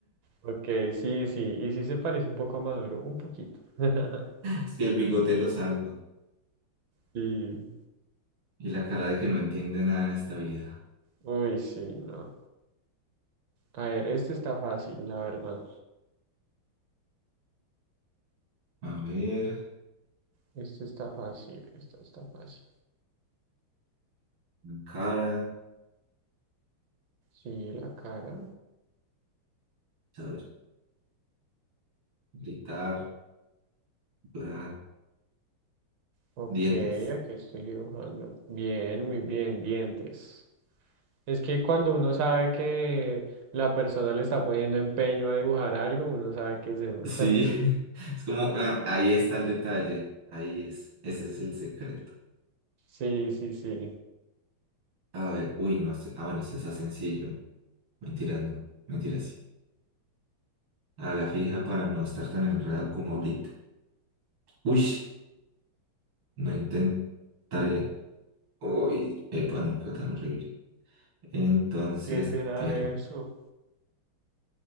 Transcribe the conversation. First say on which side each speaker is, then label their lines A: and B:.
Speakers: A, on the right; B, on the right.
A: Ok, sí, sí, y sí se parece un poco a Maduro, un poquito. <laughs>
B: Es que el bigote lo salva.
A: Sí,
B: Y la cara de que no entiende nada en esta vida.
A: uy, sí, no. A ver, este está fácil, la verdad.
B: A ver,
A: Este está fácil, esta está fácil.
B: cara,
A: Sí, la cara.
B: a ver, gritar, llorar.
A: Ok,
B: Dientes.
A: aquí estoy dibujando. Bien, muy bien, dientes. Es que cuando uno sabe que la persona le está poniendo empeño a dibujar algo, uno sabe qué es eso.
B: Sí,
A: <laughs>
B: <laughs> es como, ah, ahí está el detalle, ahí es, ese es el secreto.
A: Sí, sí, sí.
B: A ver, uy, no, este- ah, bueno, este está sencillo. Mentiras, no, mentiras, sí. A la fija para no estar tan enredado como ahorita. Uy, no intentaré. Uy, epa, no quedó tan horrible. Entonces,
A: ¿Qué será
B: pero,
A: eso?